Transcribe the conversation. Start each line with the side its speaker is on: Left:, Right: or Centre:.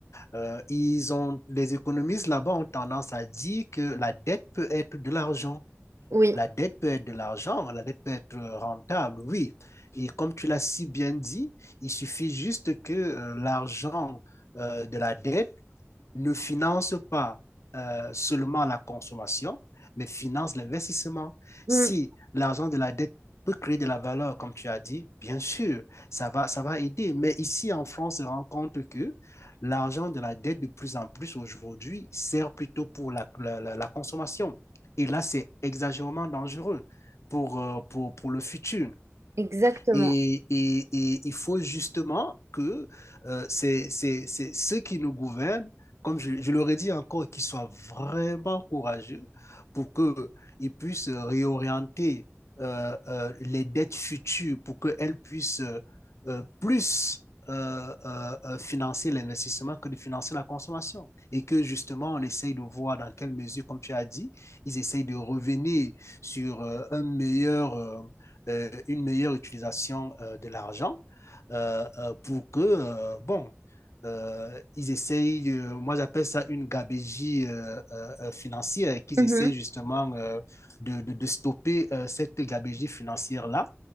Left: euh, ils ont, les économistes là-bas ont tendance à dire que la dette peut être de l'argent.
Right: Oui,
Left: La dette peut être de l'argent, la dette peut être rentable, oui. Et comme tu l'as si bien dit, il suffit juste que euh, l'argent euh, de la dette ne finance pas euh, seulement la consommation, mais finance l'investissement.
Right: Mm.
Left: Si l'argent de la dette peut créer de la valeur, comme tu as dit, bien sûr, ça va, ça va aider. Mais ici, en France, on se rend compte que l'argent de la dette, de plus en plus aujourd'hui, sert plutôt pour la, la, la consommation. Et là, c'est exagérément dangereux pour, euh, pour, pour le futur.
Right: exactement.
Left: Et, et- et il faut justement que euh, c'est, c'est, c'est ceux qui nous gouvernent, comme je, je leur ai dit encore, qu'ils soient vraiment courageux pour qu'ils puissent réorienter euh, euh, les dettes futures, pour qu'elles puissent euh, euh, plus euh, euh, euh, financer l'investissement que de financer la consommation. Et que justement, on essaye de voir dans quelle mesure, comme tu as dit, ils essayent de revenir sur euh, un meilleur... euh, euh, une meilleure utilisation euh, de l'argent euh, euh, pour que, euh, bon, euh, ils essayent, euh, moi j'appelle ça une gabégie euh, euh, euh, financière, qu'ils
Right: Mhm.
Left: essayent justement euh, de, de, de, stopper euh, cette gabégie financière-là